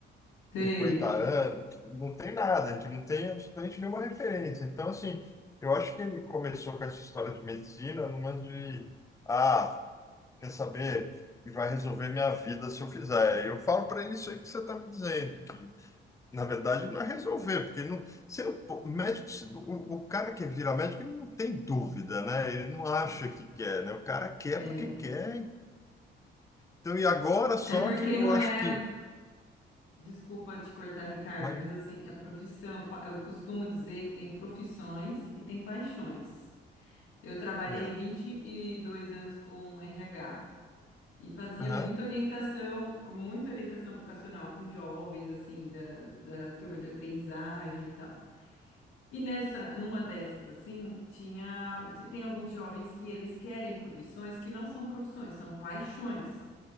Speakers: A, on the left; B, on the left.
A: Sei,
B: cinquenta anos, não tem nada, a gente não tem absolutamente nenhuma referência. Então, assim, eu acho que ele começou com essa história de medicina numa de, ah, quer saber, e vai resolver minha vida se eu fizer. Eu falo para ele isso aí que você está me dizendo. Na verdade, não é resolver, porque não, você não- pô, o médico, se- o, o cara que vira médico, ele não tem dúvida, né? Ele não acha que quer, né? O cara quer
A: é.
B: porque quer. e- Então, e agora só
A: É porque
B: que eu
A: não
B: acho
A: é.
B: que.
A: Desculpa te cortar, Ricardo,
B: Mas,
A: mas assim, a profissão, eu fa- eu costumo dizer que tem profissões e tem paixões. Eu trabalhei
B: é.
A: 22 anos com RH. E fazia
B: Aham.
A: muita orientação, muita orientação vocacional com jovens, assim, da, da turma de aprendizagem e tal. E nessa, numa dessas, assim, tinha, t- tem alguns jovens que eles querem profissões que não são profissões, são paixões.